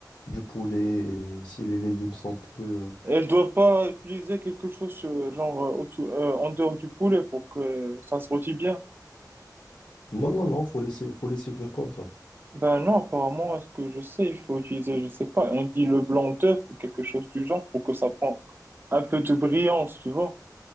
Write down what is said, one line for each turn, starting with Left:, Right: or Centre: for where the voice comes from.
Left: du poulet, et si les légumes sont plus... euh,
Right: Et je dois pas utiliser quelque chose, euh, genre, euh, au-dessous- euh, en dehors du poulet pour que ça se rôtit bien.
Left: Non, non, non, faut laisser, faut laisser cuire comme ça.
Right: Ben non, apparemment, à ce que je sais, il faut utiliser, je sais pas, on dit le blanc d'œuf ou quelque chose du genre pour que ça prend un peu de brillance, tu vois.